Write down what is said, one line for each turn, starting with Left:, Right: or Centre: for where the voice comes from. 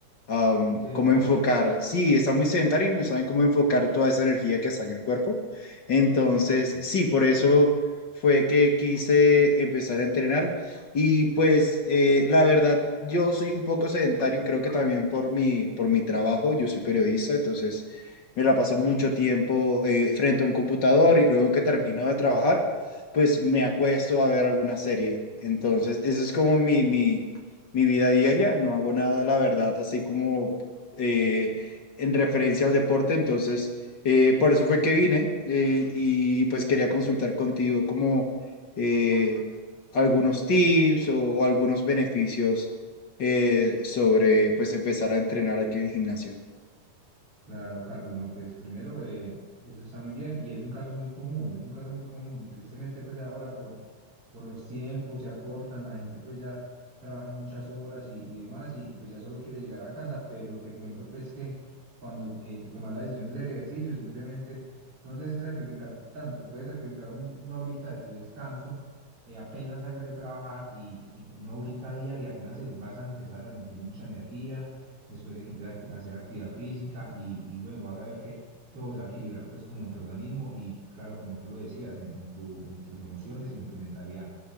Left: um,
Right: Muy sedentaria.
Left: cómo enfocar, sí, están muy sedentarios y no saben cómo enfocar toda esa energía que está en el cuerpo. Entonces,
Right: Sí.
Left: sí, por eso fue que quise empezar a entrenar y pues eh, la verdad, yo soy un poco sedentario, creo que también por mi, por mi trabajo, yo soy periodista, entonces me la paso mucho
Right: Sí.
Left: tiempo eh, frente a un computador y luego que termino de trabajar, pues me acuesto a ver alguna serie. Entonces, eso es como mi, mi, mi vida diaria, no hago nada, la verdad, así como eh, en referencia al deporte, entonces eh, por eso fue que vine eh, y pues quería consultar contigo como eh, algunos tips o, o algunos beneficios eh, sobre pues empezar a entrenar aquí en el gimnasio.
Right: Claro, Carlos, no, pues primero, eh, eso está muy bien y es un caso muy común, es un caso muy común. Tristemente, pues ahora por, por los tiempos se acortan, la gente pues ya trabaja muchas horas y, y demás y pues ya solo quiere llegar a casa, pero te cuento pues que cuando eh, de tomar la decisión de hacer ejercicio, simplemente no tienes que sacrificar tanto, puedes sacrificar un- una horita de tu descanso, eh, apenas salgas de trabajar y, y una horita diaria, apenas es- vas a empezar a sentir mucha energía después de que empiece a acti- a hacer actividad física y, y bueno, vas a ver que todo se va a equilibrar pues como en tu organismo y claro, como tú lo decías, en, en tu, en tus emociones y en tu mentalidad.